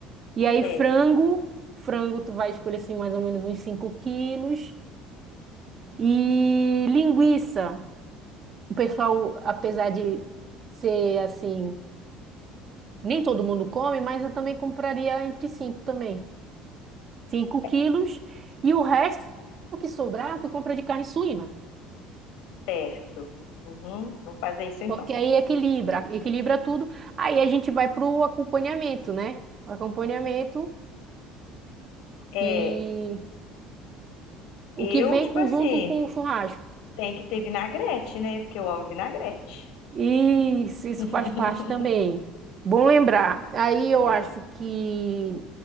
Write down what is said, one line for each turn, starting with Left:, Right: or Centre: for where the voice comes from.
Right: E aí
Left: certo.
Right: frango, frango tu vai escolher assim mais ou menos uns 5 quilos, e linguiça. O pessoal, apesar de ser assim Nem todo mundo come, mas eu também compraria entre cinco também. cinco quilos.
Left: é
Right: E o resto o que sobrar, tu compra de carne suína.
Left: certo. Uhum, vou fazer isso então.
Right: Porque aí equilibra, equilibra tudo. Aí a gente vai pro acompanhamento, né? O acompanhamento
Left: É,
Right: que
Left: eu,
Right: o que vem
Left: tipo
Right: conjunto
Left: assim,
Right: com o churrasco.
Left: tem que ter vinagrete, né? Porque eu amo vinagrete.
Right: Isso, isso
Left: <laughs>
Right: faz parte também. Bom lembrar. Aí
Left: É,
Right: eu acho que